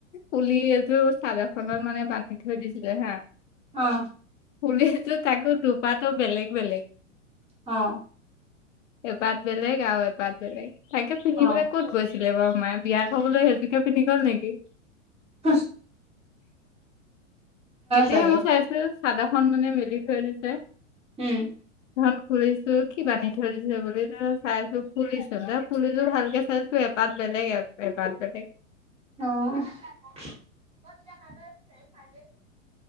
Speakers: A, on the left; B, on the right.
A: ফুলি এযোৰ চাদৰ এখনত মানে বান্ধি থৈ দিছিলে হা।
B: অ।
A: ফুলিজো তাকো দুপাটো বেলেগ বেলেগ।
B: অ।
A: এপাত বেলেগ আৰু এপাত বেলেগ। তাকে পিন্ধিবলে
B: অ
A: ক'ত গৈছিলে বাৰু মায়ে বিয়া খাবলৈ সেইজোকে পিন্ধি গ'ল নেকি?
B: কচ
A: এতিয়াহে
B: চাগে
A: মই চাইছোঁ চাদৰখন মানে মেলি থৈ দিছে।
B: উম।
A: ধন খুৰিছো কি বান্ধি থৈদিছে বুলি চাইছো ফুলি চো দে ফুলিযোৰ ভালকে চাইছো পাত বেলেগ এপাত বেলেগ।
B: অ <unintelligible>